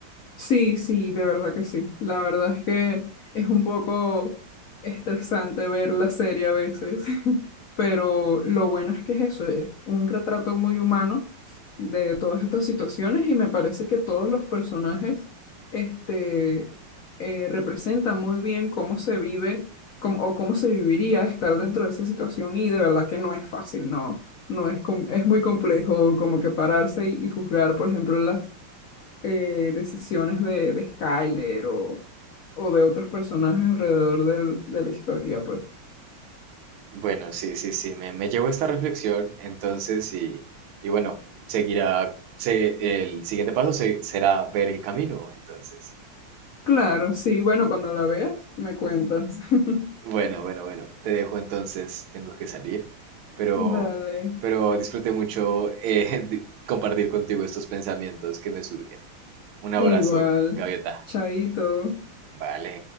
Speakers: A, on the left (about 75°); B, on the right (about 80°).
A: Sí, sí, de verdad que sí. La verdad es que es un poco estresante ver la serie a veces, <laughs> pero lo bueno es que es eso, es un retrato muy humano de todas estas situaciones y me parece que todos los personajes este, eh, representan muy bien cómo se vive cómo- o cómo se viviría estar dentro de esa situación y de verdad que no es fácil, no, no es, com- es muy complejo como que pararse y, y juzgar, por ejemplo, las eh, decisiones de, de Skyler o, o de otros personajes alrededor del- de la historia, pues.
B: Bueno, sí, sí, sí, me, me llevo esta reflexión, entonces, y, y bueno, seguirá, se- el siguiente paso se- será ver el camino, entonces.
A: Claro, sí, bueno, cuando la veas, me cuentas. <laughs>
B: Bueno, bueno, bueno, te dejo entonces, tengo que salir, pero,
A: Dale,
B: pero disfruté mucho eh, <laughs> di- compartir contigo estos pensamientos que me surgen. Un
A: igual,
B: abrazo, Gaviota.
A: chaito.
B: Vale.